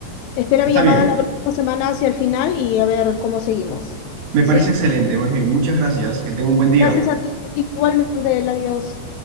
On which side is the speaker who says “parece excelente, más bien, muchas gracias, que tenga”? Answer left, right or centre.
Right